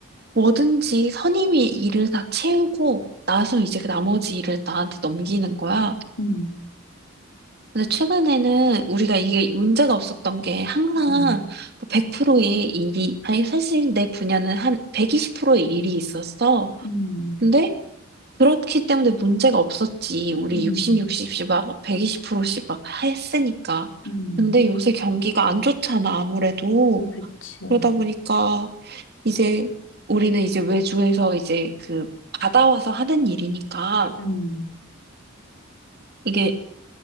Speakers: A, on the right (about 50°); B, on the left (about 70°).
A: 뭐든지 선임이 일을 다 채우고 나서 이제 그 나머지 일을 나한테 넘기는 거야.
B: 음,
A: 근데 최근에는 우리가 이게 문제가 없었던 게 항상
B: 음,
A: 뭐 100%의 일이, 아니, 사실 내 분야는 한 120%의 일이 있었어.
B: 음,
A: 근데 그렇기 때문에 문제가 없었지. 우리
B: 음,
A: 60, 60씩 막 120%씩 막 했으니까.
B: 음,
A: 근데 요새 경기가 안 좋잖아, 아무래도.
B: 예, 그치.
A: 그러다 보니까 이제 우리는 이제 외주에서 이제 그 받아와서 하는 일이니까
B: 음.
A: 이게